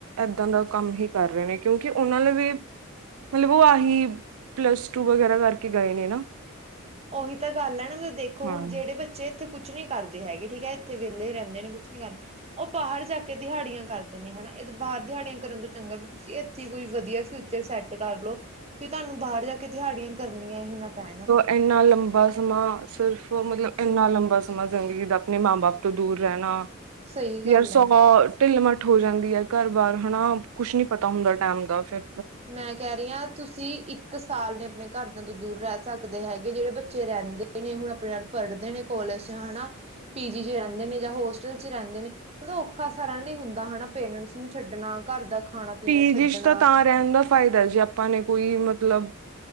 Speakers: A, on the right (about 75°); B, on the right (about 30°).
A: ਐਦਾ ਦਾ ਕੰਮ ਹੀ ਕਰ ਰੇ ਨੇ ਕਿਉਂਕਿ ਉਨਾਂ ਲਵੇਂ ਮਤਲਬ ਔ ਆਹੀ ਪਲੱਸ-ਟੂ ਵਗੈਰਾ ਕਰਕੇ ਗਏ ਨੇ ਨਾ।
B: ਉਹੀ ਤਾਂ ਗੱਲ ਐ ਨਾ ਮਤਲਬ ਦੇਖੋ
A: ਹਾਂ।
B: ਹੁਨ ਜੇੜੇ ਬੱਚੇ ਇੱਥੇ ਕੁਛ ਨੀ ਕਰਦੇ ਹੈਗੇ ਠੀਕ ਐ ਇੱਥੇ ਵੇਲੇ ਰੇਂਦੇ ਨੇ ਕੁਛ ਨੀ ਕਰਦੇ ਔ ਬਾਹਰ ਜਾ ਕੇ ਦਿਹਾੜੀਆਂ ਕਰਦੇ ਨੇ ਹੈਨਾ ਇ ਬਾਹਰ ਦਿਹਾੜੀਆਂ ਕਰਨ ਤੋਂ ਚੰਗਾ ਵੀ ਤੁਸੀਂ ਐਥੇ ਕੋਈ ਵਧੀਆ ਫਿਊਚਰ ਸੈੱਟ ਕਰਲੋ ਕਿ ਤੁਆਨੂੰ ਬਾਹਰ ਜਾ ਕੇ ਦਿਹਾੜੀਆਂ ਕਰਨੀਆਂ ਹੀ ਨਾ ਪੈਂਨ।
A: ਐਨਾ ਲੰਬਾ ਸਮਾਂ ਸਿਰਫ ਮਤਲਬ ਐਨਾ ਲੰਬਾ ਸਮਾਂ ਜ਼ਿੰਦਗੀ ਦਾ ਆਪਨੇ ਮਾਂ-ਬਾਪ ਤੋਂ ਦੂਰ ਰੈਨਾ।
B: ਸਹੀ ਗੱਲ
A: ਯਰ ਸੌ
B: ਹੈ
A: ਗੋਡ ਢਿੱਲ ਮੱਠ ਹੋ ਜਾਂਦੀ ਏ ਘਰ ਬਾਰ ਹੈਨਾ ਕੁਛ ਨੀ ਪਤਾ ਹੁੰਦਾ ਟੈਮ ਦਾ ਫੇਰ।
B: ਮੈਂ ਕੈ ਰੀ ਆ ਤੁਸੀਂ ਇੱਕ ਸਾਲ ਨੇ ਆਪਣੇ ਘਰਦਿਆਂ ਤੋਂ ਦੂਰ ਰੈ ਸਕਦੇ ਹੈਗੇ ਜੇੜੇ ਬੱਚੇ ਰੇਂਦੇ ਨੇ ਹੁਨ ਆਪਣੇ ਪੜ੍ਹਦੇ ਨੇ ਕੋਲਜ 'ਚ ਹੈਨਾ ਪੀਜੀ 'ਚ ਰੇਂਦੇ ਨੇ ਜਾਂ ਹੋਸਟਲ 'ਚ ਰੇਂਦੇ ਨੇ ਮਤਲਬ ਔਖਾ ਸਾਰਾ ਨਈ ਹੁੰਦਾ ਹੈਨਾ ਪੇਰੈਂਟਸ ਨੂੰ ਛੱਡਨਾ ਘਰ ਦਾ ਖਾਣਾ ਪੀਣਾ
A: ਪੀਜੀ
B: ਛੱਡਣਾ
A: 'ਚ ਤਾਂ ਰੈਂਨ ਦਾ ਫਾਇਦਾ ਜੇ ਆਪਾਂ ਨੇ ਕੋਈ ਮਤਲਬ